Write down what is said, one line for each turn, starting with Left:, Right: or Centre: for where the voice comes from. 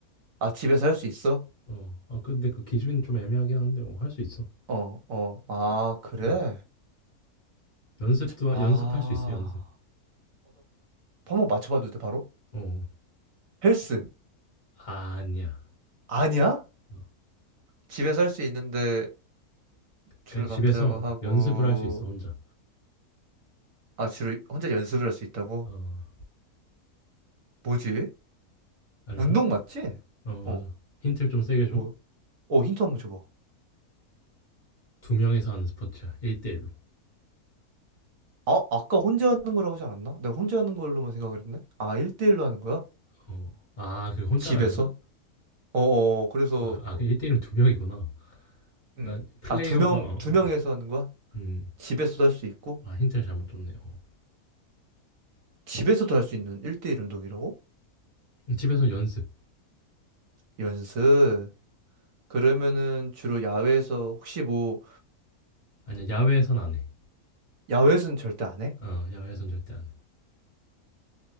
Right: 아 집에서 할 수 있어?
Left: 어. 아 근데 그 기준 이 좀 애매하긴 한데 어, 할 수 있어.
Right: 어 어 아 그래?
Left: 음. 연습도
Right: 아어나
Left: 하- 연습할 수 있어 연습.
Right: 한번 맞춰봐도 돼 바로?
Left: 어.
Right: 헬스
Left: 아니야.
Right: 아니야?
Left: 어.
Right: 집에서 할 수 있는데 주로
Left: 그러니까
Right: 남자가
Left: 집에서
Right: 하고
Left: 연습을 할 수 있어 혼자.
Right: 아 주로 혼자 연습을 할 수 있다고?
Left: 어.
Right: 뭐지?
Left: 알려줘?
Right: 운동 맞지?
Left: 어 맞아.
Right: 어.
Left: 힌트를 좀 세게 줘.
Right: 뭐 어, 힌트 한번 줘봐.
Left: 두 명이서 하는 스포츠야. 1:1 로.
Right: 아, 아까 혼자 하는 거라고 하지 않았나? 내가 혼자 하는 걸로만 생각을 했네. 아, 1대1로 하는 거야?
Left: 어. 아 그 혼자라
Right: 집에서?
Left: 그랬나?
Right: 어, 어, 어, 그래서,
Left: 아 그 아, 그 1:1은 두 명이구나.
Right: 음.
Left: 난 플레이어가
Right: 아, 두 명,
Left: 어어어.
Right: 두 명에서 하는 거야?
Left: 음.
Right: 집에서도 할 수 있고?
Left: 아 힌트를 잘못 줬네. 어.
Right: 집에서도 할 수 있는 1대1 운동이라고?
Left: 집에서 연습.
Right: 연습. 그러면은 주로 야외에서, 혹시 뭐,
Left: 아니야 야외에선 안 해.
Right: 야외에서는 절대 안 해?
Left: 어 야외에선 절대 안 해.